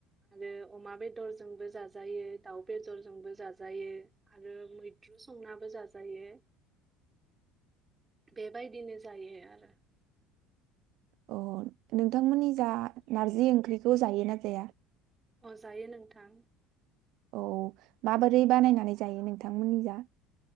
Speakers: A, on the right (about 25°); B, on the right (about 65°).
A: आरो अमा बेदरजोंबो जाजायो दाउ बेदरजोंबो जाजायो आरो मैद्रु संनाबो जाजायो बेबायदिनो जायो आरो
B: अ नोंथांमोननि जा नारजि ओंख्रिखौ जायो ना जाया
A: अजायो नोंथां
B: औ माबोरै बानायनानै जायो नोंथांमोननि जा